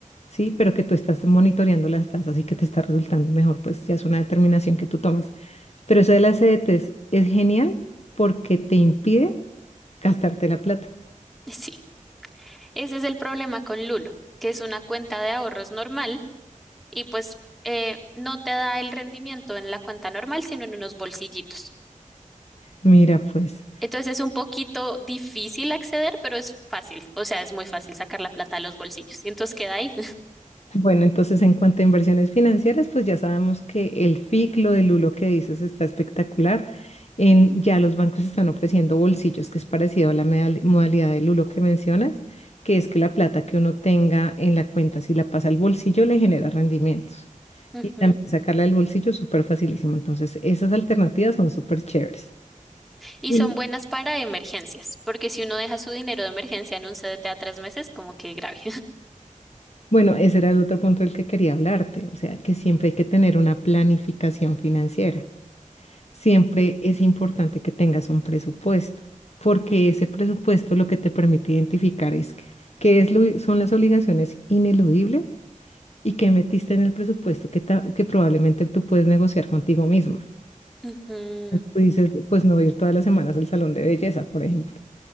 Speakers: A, on the left; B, in the centre.
A: ¿sí? Pero que tú estás monitoreando las tasas y que te está resultando mejor, pues ya es una determinación que tú tomas. Pero eso de las CDTs es genial porque te impide gastarte la plata.
B: <laughs> Y Sí, ese es el problema con Lulo, que es una cuenta de ahorros normal y pues eh, no te da el rendimiento en la cuenta normal, sino en unos bolsillitos.
A: Mira, pues.
B: Entonces es un poquito difícil acceder, pero es fácil, o sea, es muy fácil sacar la plata de los bolsillos y entonces queda ahí.
A: Bueno, entonces en cuanto a inversiones financieras, pues ya sabemos que el FIC, lo del Lulo que dices, está espectacular. En, ya los bancos están ofreciendo bolsillos, que es parecido a la medal- modalidad del Lulo que mencionas, que es que la plata que uno tenga en la cuenta, si la pasa al bolsillo, le genera rendimientos.
B: <laughs> Ujú.
A: Y también sacarla del bolsillo es súper facilísimo. Entonces, esas alternativas son súper chéveres.
B: Y
A: Y
B: son buenas para emergencias, porque si uno deja su dinero de emergencia en un CDT a tres meses, como que grave.
A: bueno, ese era el otro punto del que quería hablarte, o sea, que siempre hay que tener una planificación financiera. siempre
B: <laughs>
A: es importante que tengas un presupuesto, porque ese presupuesto lo que te permite identificar es qué es lo- son las obligaciones ineludibles y qué metiste en el presupuesto que, ta- que probablemente tú puedes negociar contigo misma.
B: Ujú,
A: Tú dices, pues no ir todas las semanas al salón de belleza, por ejemplo.